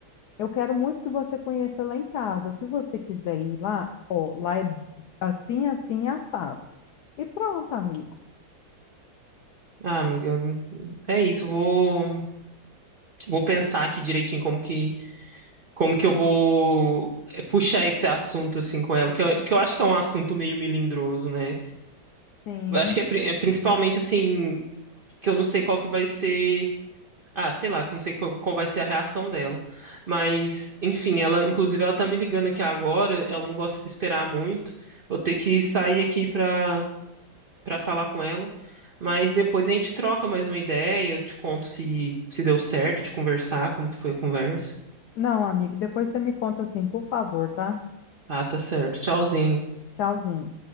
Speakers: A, on the left (about 70°); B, on the right (about 45°).
A: eu quero muito que você conheça lá em casa. Se você quiser ir lá, ó, lá é assim, assim, assado. E pronto, amigo.
B: Ah, amiga, é isso, eu vou, vou pensar aqui direitinho como que, como que eu vou eh, puxar esse assunto assim com ela, que eu, que eu acho que é um assunto meio melindroso, né?
A: Sim.
B: Eu Acho que é pri- é principalmente assim, que eu não sei qual que vai ser. Ah, sei lá, que eu não sei qual, qual vai ser a reação dela. Mas, enfim, ela, inclusive, ela tá me ligando aqui agora, ela não gosta de esperar muito. Vou ter que sair aqui pra, pra falar com ela. Mas depois a gente troca mais uma ideia, eu te conto se, se deu certo de conversar, como que foi a conversa.
A: Não, amigo, depois você me conta assim, por favor, tá?
B: Ah, tá certo. Tchauzinho.
A: Tchauzinho.